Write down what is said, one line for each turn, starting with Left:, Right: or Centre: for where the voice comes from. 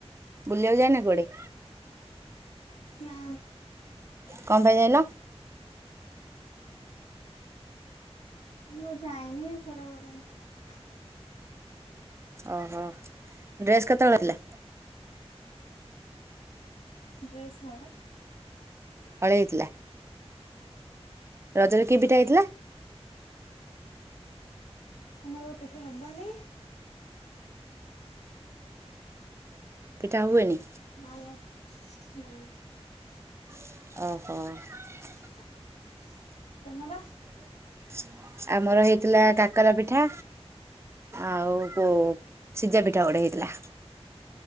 Right: ବୁଲିବାକୁ ଯାଏନା କୁଆଡେ?
Left: ନ ନା।
Right: କନ୍ ପାଇ ଜାଇନ?
Left: ମୁଁ ଯାଇନି ଖରା ଭରା ମୁ
Right: ଅହ ଡ୍ରେସ୍ କେତେବେଳେ ହେଲା?
Left: ଡ୍ରେସ୍ ହଳେ।
Right: ହଳେଇ ଥିଲା। ରଜରେ କି ପିଠା ହେଇଥିଲା?
Left: ଆମର ପିଠା ହବନି।
Right: ପିଠା ହୁଏନି।
Left: ଆମର ନାଇଁ।
Right: ଅହ।
Left: <inaudible> <unintelligible> ତମର।
Right: <inaudible> ଆମର ହେଇଥିଲା କାକରା ପିଠା। ଆଉ ପୋ ସିଝା ପିଠା ଗୋଟେ ହେଇଥିଲା।